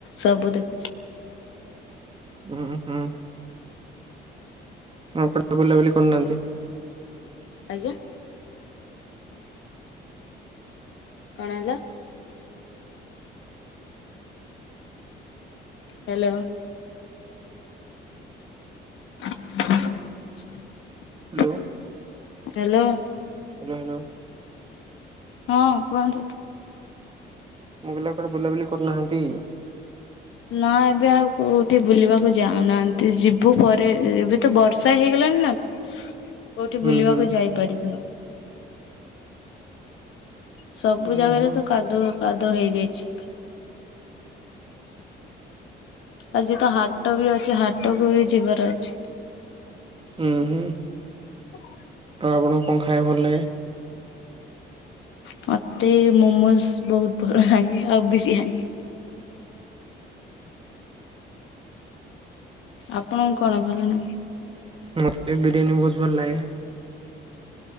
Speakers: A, on the left (about 80°); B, on the right (about 25°).
A: ସବୁ ଦେଖୁଚି।
B: ଉଁ -ହୁଁ। ଆଉ କୁଆଡେ ବୁଲାବୁଲି କରୁନାହାନ୍ତି।
A: ଆଜ୍ଞା। କଣ ହେଲା? Hello. <inaudible>
B: Hello.
A: Hello.
B: Hello- hello.
A: ହଁ କୁହନ୍ତୁ।
B: ମୁଁ କହିଲି ଆଉ କୁଆଡ଼େ ବୁଲାବୁଲି କରୁନାହାନ୍ତି।
A: ନା ଏବେ ଆଉ କୋଉଠି ବୁଲିବାକୁ ଯାଉନାହାନ୍ତି ଯିବୁ ପରେ ଏବେ ତ ବର୍ଷା ହେଇଗଲାଣି ନା। କୋଉଠି
B: ହୁଁ
A: ବୁଲିବାକୁ
B: ହୁଁ
A: ଯାଇପାରିବୁନୁ। ସବୁ
B: ହୁଁ
A: ଜାଗାରେ
B: ହୁଁ
A: ତ କାଦୁଅ କାଦୁଅ ହେଇଯାଇଛି। ଆଜି ତ ହାଟ ବି ଅଛି ହାଟକୁ ବି ଯିବାର ଅଛି।
B: ଉଁ ହୁଁ।
A: <inaudible>
B: ତ ଆପଣଙ୍କୁ କଣ ଖାଇବାକୁ ଭଲ ଲାଗେ?
A: ମତେ ମୋମୋଜ ବହୁତ ଭଲ ଲାଗେ ଆଉ ବିରିୟାନୀ। ଆପଣଙ୍କୁ କଣ ଭଲ ଲାଗେ?
B: ମୋତେ ବିରିୟାନୀ ବହୁତ ଭଲ ଲାଗେ।